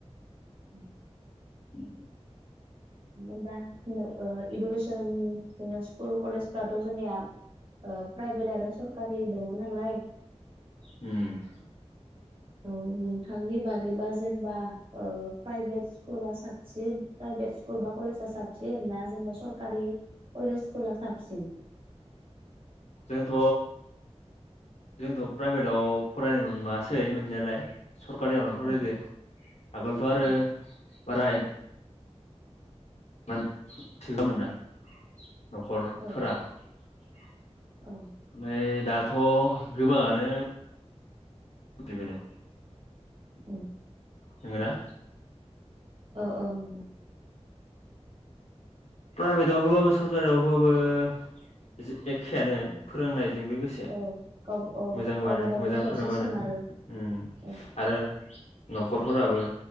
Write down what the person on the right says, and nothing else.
औ
जेनबा इडुकेसन स्कुल कलेजफोरावथ' जोंनिया प्राइभेट आरो सरकारि दङ नालाय
नोंथांनि बागैबा जेनेबा प्राइभेट स्कुला साबसिन प्राइभेट स्कुल बा कलेजा साबसिन ना जेनेबा सरकारि कलेज स्कुला साबसिन? <inaudible>
औ
औ
औ
औ
औ
औ औ नंगौ
औ गाव औ
गावबा गावनि
सायावसो
सोनारो
औ